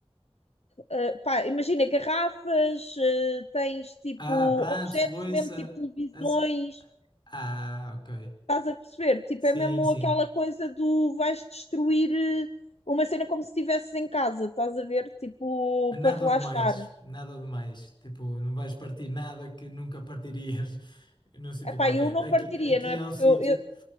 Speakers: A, on the left; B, on the left.
A: Uh, pá, imagina garrafas, uh, tens tipo
B: Ah, pratos,
A: objetos,
B: louça.
A: mesmo tipo televisões,
B: as- Ah, ok.
A: estás a perceber? Tipo,
B: Sim,
A: é mesmo
B: sim.
A: aquela coisa do vais destruir uh, uma cena como se estivesses em casa, estás a ver? Tipo,
B: Nada
A: para relaxar.
B: demais, nada demais. Tipo, não vais partir nada que nunca partirias <laughs> num sítio
A: Epá,
B: qualquer.
A: eu não
B: Aqui,
A: partiria,
B: aqui
A: não é?
B: há
A: Porque
B: um sítio.
A: eu, eu